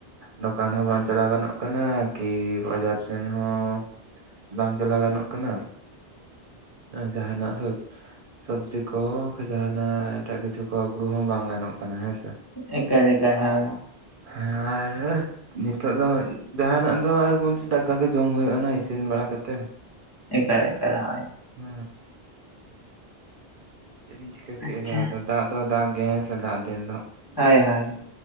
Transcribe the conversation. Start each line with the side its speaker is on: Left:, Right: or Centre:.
Right: ᱫᱚᱠᱟᱱ ᱦᱚᱸ ᱵᱟᱝ ᱪᱟᱞᱟᱣ ᱜᱟᱱᱚᱜ ᱠᱟᱱᱟ ᱠᱤ ᱵᱟᱡᱟᱨ ᱥᱮᱱ ᱦᱚᱸ ᱵᱟᱝ ᱪᱟᱞᱟᱣ ᱜᱟᱱᱚᱜ ᱠᱟᱱᱟᱼᱼ ᱡᱟᱦᱟᱱᱟᱜ ᱥᱚᱵ ᱥᱚᱵᱽᱡᱤ ᱠᱚ ᱵᱟᱠᱷᱟᱱ ᱡᱟᱦᱟᱱᱟᱜᱼᱼ ᱮᱴᱟᱜ ᱠᱤᱪᱷᱩ ᱠᱚ ᱟᱹᱜᱩ ᱦᱚᱸ ᱵᱟᱝ ᱜᱟᱱᱚᱜ ᱠᱟᱱᱟ ᱦᱮᱸ ᱥᱮ
Left: ᱮᱠᱟᱨ ᱮᱠᱟᱨ ᱦᱳᱭ
Right: ᱦᱟᱨ ᱱᱤᱛᱚᱜ ᱫᱚ ᱡᱟᱦᱟᱱᱟᱜ ᱫᱚ ᱟᱨ ᱵᱚᱞᱛᱮ ᱫᱟᱠᱟ ᱜᱮ ᱡᱚᱢ ᱦᱩᱭᱩᱜᱼᱟ ᱱᱟᱜ ᱤᱥᱤᱱ ᱵᱟᱲᱟ ᱠᱟᱛᱮ ᱾
Left: ᱮᱠᱟᱞ ᱮᱠᱟᱞ ᱦᱳᱭ
Right: ᱦᱩ ᱪᱮᱫ ᱵᱤᱱ ᱪᱤᱠᱟᱹ ᱠᱮᱫ
Left: ᱟᱪᱪᱷᱟ
Right: ᱜᱮ ᱟᱫᱚ ᱫᱟᱜ ᱫᱚ ᱫᱟᱜ ᱜᱮᱭᱟᱭ ᱦᱮᱸ ᱥᱮ ᱫᱟᱜ ᱫᱤᱱ ᱫᱚ ᱾
Left: ᱦᱳᱭ ᱦᱳᱭ